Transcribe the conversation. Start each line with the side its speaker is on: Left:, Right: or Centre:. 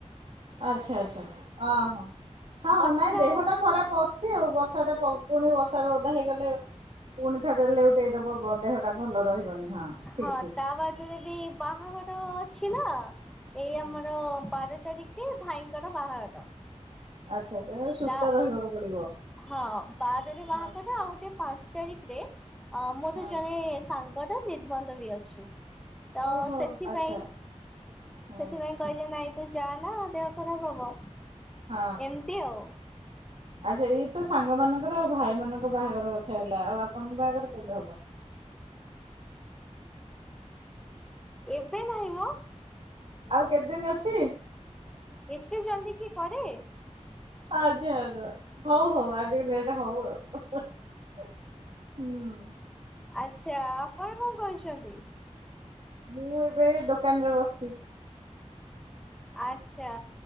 Right: ଆଚ୍ଛା, ଆଚ୍ଛା, ଅଁ, ହଁ, ହଁ
Centre: ବର୍ଷା
Right: ନାଇଁ ଦେହଟା ଖରାପ ଅଛି ଛି ଆଉ ବର୍ଷା ଟା ପ-ପୁଣି ବର୍ଷା ରେ ଓଦା ହେଇଗଲେ ପୁଣି ଥରେ ଲେଉଟେଇଦବ ବ ଦେହଟା ଭଲ ରହିବନି ହଁ। ଠିକ
Centre: ହଁ
Right: ଠିକ।
Centre: ତା ବାଦ ରେ ବି ବାହାଘର ଅଛି ନା। ଏଇ
Right: ହଁ।
Centre: ଆମର ବାର ତାରିଖରେ ଭାଇଙ୍କର ବାହାଘର।
Right: ଆଚ୍ଛା ତ ସୁସ୍ଥ
Centre: ତା
Right: ରହିବାକୁ ପଡିବ।
Centre: ହଁ ବାରରେ ବାହାଘର
Right: ହଁ
Centre: ଆଉ ଗୋଟେ ପାଞ୍ଚ ତାରିଖିରେ ଅ ମୋର
Right: ହଁ।
Centre: ଜଣେ ସାଙ୍ଗଟା ନିର୍ବନ୍ଧ ବି ଅଛି। ତ
Right: ଓହୋ
Centre: ସେଥିପାଇଁ
Right: ଆଚ୍ଛା।
Centre: ସେଥିପାଇଁ
Right: ହଁ।
Centre: କଇ ନାଇଁ ତୁ ଯା ନା ଦେହ ଖରାପ ହବ।
Right: ହଁ
Centre: ଏମିତି ଆଉ।
Right: ଆଚ୍ଛା ଇଏ ତ ସାଙ୍ଗ ମାନଙ୍କର ଆଉ ଭାଇ ମାନଙ୍କ ବାହାଘର କଥା ହେଲା ଆଉ ଆପଣଙ୍କ ବାହାଘର କେବେ ହବ?
Centre: ଏବେ ନାହିଁ ମ।
Right: ଆଉ କେତେଦିନ ଅଛି?
Centre: ଏତେ ଜଲଦି କିଏ କରେ?
Right: ଆଛା ଆଛା ହଉ ହଉ ଆଉ ଟିକେ ଲେଟ ହଉ ଆଉ। ହୁଁ।
Centre: ଆଚ୍ଛା ଆପଣ କଣ କହୁଛନ୍ତି?
Right: ମୁଁ ଏବେ ଦୋକାନ ରେ ବସିଚି।
Centre: ଆଛା